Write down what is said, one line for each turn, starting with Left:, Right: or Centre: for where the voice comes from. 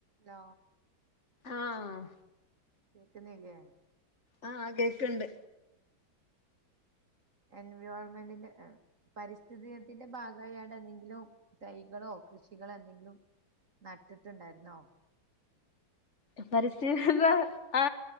Right: ല
Left: ആഹ്
Right: കേക്ക്ന്നില്ലേ
Left: ആഹ് കേക്ക്ണ്ട്
Right: എൻവോൾമെന്റിന്റെ പരിസ്ഥിതിത്തിന്റെ ഭാഗമായിടെ എന്തെങ്കിലും തൈകളോ കൃഷികളോ എന്തെങ്കിലും നട്ടിട്ടുണ്ടായിരുന്നോ
Left: പരിസ്ഥിതിന്ത ആ